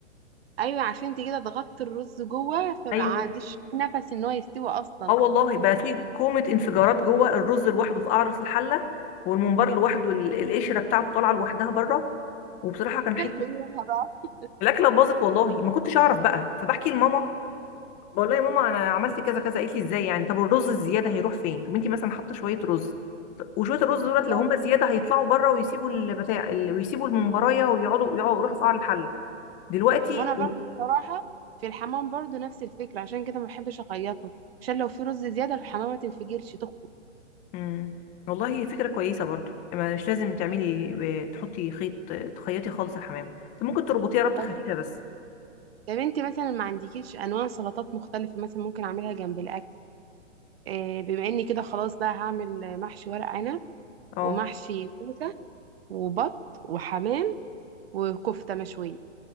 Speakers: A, on the right; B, on the left.
A: ايوه عشان انت كده ضغطت الرز جوه فما
B: ايوه
A: عادش نفس ان هو يستوي اصلا
B: اه والله بقى في كومه انفجارات جوه الرز لوحده في قعر الحله والممبار لوحده ال- القشره بتاعته طالعه لوحدها بره وبصراحه كان حته
A: فاكلت ايه منها بقى
B: الاكله باظت والله ما كنتش اعرف بقى فبحكي لماما بقول لها يا ماما انا عملت كذا كذا قالت لي ازاي يعني طب الرز الزياده هيروح فين طب انت مثلا حاطه شويه رز ط- وشويه الرز دولت
A: بالظبط.
B: لو هم زياده هيطلعوا بره ويسيبوا البتاع ال- ويسيبوا الممبرايه ويقعدوا يقعدوا- يروحوا في قعر الحله دلوقتي
A: وانا برضو بصراحه في الحمام برضو نفس الفكره عشان كده ما بحبش اخيطه عشان لو في رز زياده الحمامه ما تنفجرش تخفق
B: امم والله هي فكرة كويسة برضو ما مش لازم تعملي ب- تحطي خيط تخيطي خالص الحمام انت ممكن تربطيها ربطة
A: طب
B: خفيفة بس
A: طب انت مثلا ما عندكيش انواع سلطات مختلفه مثلا ممكن اعملها جنب الاكل آه بما اني كده خلاص بقى هعمل محشي ورق عنب
B: اه
A: ومحشي كوسه وبط وحمام وكفته مشويه